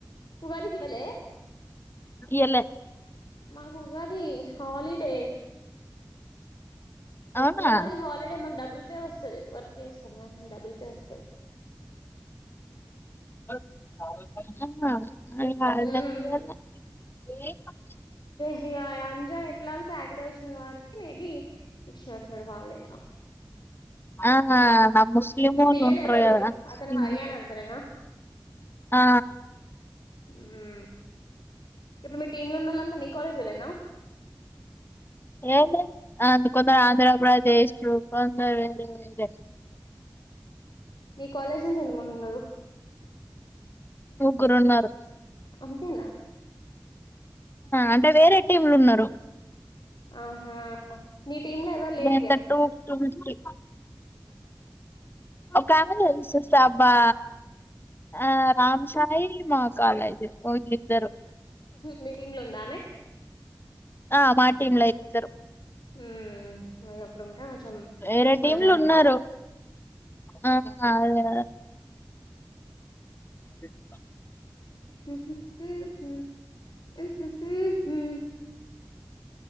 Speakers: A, on the left; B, on the left.
A: ఉగాది కి ఇవలే
B: ఇయలే
A: మాకు ఉగాది హాలిడే
B: అవునా
A: ఉగాది హల్డే మాగడబ్బల్ వస్ వర్క్ చేస్తంగా డబుల్ పేవస్
B: ఆ <unintelligible>
A: ఉమ్
B: ఈ
A: ఇగా రంజన్ ఎట్లాగ్ సాటర్డే ఓచ్చింది కావట్టి మేబీ ఇచ్ నర్ నడ్ వాడ్ లేలా
B: ఆహా నా ముస్లిమో
A: టీఎల్
B: ఉంట్రూ
A: ఎవరు
B: కదా
A: అతను హర్యానా
B: మ్
A: అంతనేనా
B: అ
A: ఉమ్ ఇప్పుడు మీ టీమ్ లో ఉన్నళ్ళంతా మీ కాలేజ వాలేనా
B: ఏ అందు కొంత ఆంధ్రపదేశ్ వంద వేర వేరే
A: మీ కాలేజ్ నుంచి ఎంతమని ఉన్నారు
B: ముగ్గురు ఉన్నారు
A: అంతేనా
B: అంటే వేరే టీంలు ఉన్నరు
A: ఆహా నీ టీమ్ లో ఎవరు లేరిగ
B: ఎంత అంటే టూ టూ ఫిఫ్టీ కమ సేస్త <unintelligible> బా ఆ రామ్ సాయి మా కాలేజ్ వాళ్లిద్దరు
A: మీటిటీమ్ లో ఉందా ఆమె
B: ఆ మాటీమ్ల ఇద్దరు
A: ఉ మ అప్పుడు ఉంటా కొంచెం
B: వేరే
A: మంచిం
B: టీంలు
A: అనిపిత్త
B: ఉన్నారు ఆ అదే అ <inaudible>
A: <inaudible>